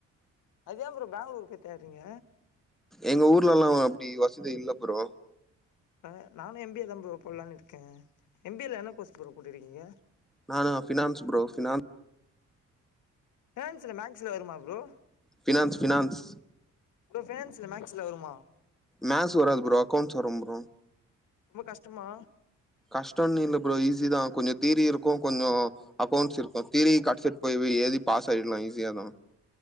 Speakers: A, on the left; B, in the centre.
A: அத்யே ப்ரோ பேங்களூரு போய் தேட்றீங்க
B: எங்க ஊர்லலா ஒ அப்டி வசதி இல்ல ப்ரோ
A: ஆ நானு எம் பி ஏ தா ப்ரோ போட்லான் இருக்கே எம் பி ஏ ல என்ன கோர்ஸ் ப்ரோ போட்டுருக்கீங்க
B: நானா ஃபினான்ஸ் ப்ரோ ஃபினான்
A: ஃபினான்சில மேக்ஸ் வருமா ப்ரோ
B: ஃபினான்ஸ் ஃபினான்ஸ்
A: ஃபினான்ஸ்ல மேக்ஸ்ல வருமா
B: மேக்ஸ் வராது ப்ரோ அக்கௌண்ட்ஸ் வரு புரோ
A: ரொம்ப கஷ்டமா
B: கஷ்டோன்னு இல்ல ப்ரோ ஈஸிதா கொஞ்ச தீரி இருக்கு கொஞ்சோ அக்கௌண்ட்ஸ் இருக்கு தீரி <unintelligible> போய் எழுதி பாஸ் ஆயிட்லா ஈஸியா தா